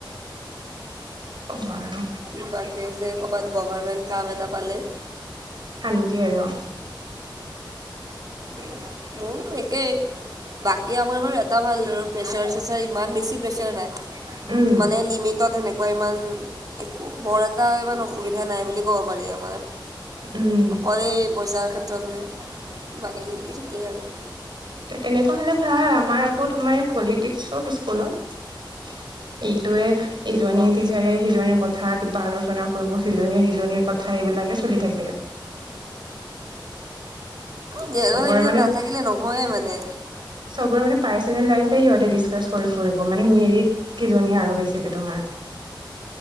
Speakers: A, on the right; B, on the right.
A: অঁ বাৰু।
B: কিবাকে যে কবাত গভাৰ্মেণ্ট কাম এটা পালে
A: শান্তি আৰু।
B: তেওঁ মো মোৰতো একেই বাকী আমাৰ বাৰু এটা ভাল আৰু প্ৰেচাৰ চেচাৰ ইমান বেছি প্ৰেছাৰ নাই।
A: উম
B: মানে লিমিটতে সেনে ইমান একো বৰ এটা ইমান অসুবিধা নাই বুলি ক'ব পাৰি আমাৰ।
A: উম
B: অকল এই পইচাৰ ক্ষেত্ৰতহে বাকীখিনিতো ঠিকেই আৰু।
A: তেনেকুৱা হ'লে ভাল আমাৰ আকৌ তোমাৰ পলিটিক্স চব স্কুলত। এইটোৱে- ইজনীয়ে
B: অঁ
A: টিচাৰে সিজনীৰ কথা কিবা আলোচনা কৰিব সিজনীয়ে সিজনীৰ কথা এইবিলাকে চলি থাকে।
B: দে
A: চবৰে
B: এইবিলাক
A: মানে
B: নাথাকিলে নহয়ে মানে।
A: চবৰে মানে, পাৰ্চনেল লাইফে সিহঁতে, ডিছকাছ কৰি ফুৰিব। মানে মেৰিট কিজনীয়ে আৰু বেছিকে তোমাৰ।